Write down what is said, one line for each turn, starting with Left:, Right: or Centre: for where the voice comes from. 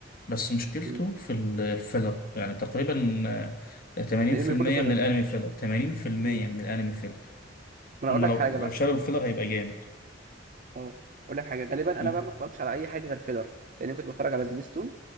Left: بس مشكلته
Right: مم.
Left: في الفيلر يعني تقريبا آه، 80%
Right: الانمي كله فيلر
Left: من الانمي فيلر 80%
Right: مم. ما
Left: من الانمي فيلر
Right: انا
Left: هما
Right: اقول لك
Left: لو
Right: حاجه بقى
Left: لو شالوا الفيلر هيبقى جامد
Right: اه اقول لك حاجه غالبا
Left: امم
Right: انا بقى ما اتفرجش على اي حاجه غير فيلر لان كنت بتفرج على سبيستون